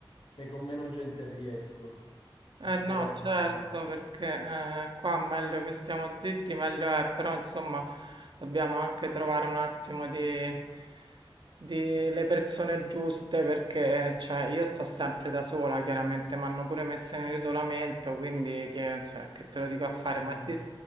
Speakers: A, on the left (about 65°); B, on the right (about 55°).
A: e con meno gente riesco.
B: Eh
A: Perché...
B: no, certo,
A: no.
B: perché eh, qua meglio che stiamo zitti, meglio è, però insomma dobbiamo anche trovare un attimo di, di le persone giuste, perché cioè, io sto sempre da sola, chiaramente, mi hanno pure messa in isolamento, quindi che, cioè, che te lo dico a fare?
A: Ah,
B: Ma
A: no.
B: ti,